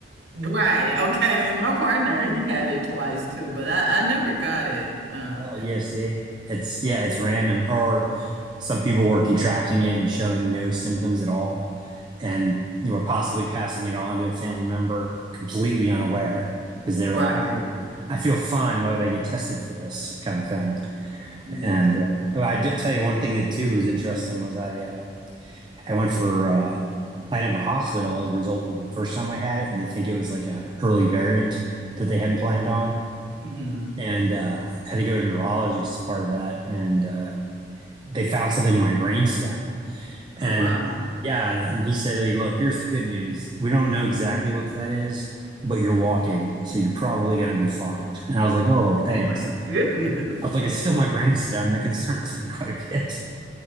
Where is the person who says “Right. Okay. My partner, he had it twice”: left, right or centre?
Right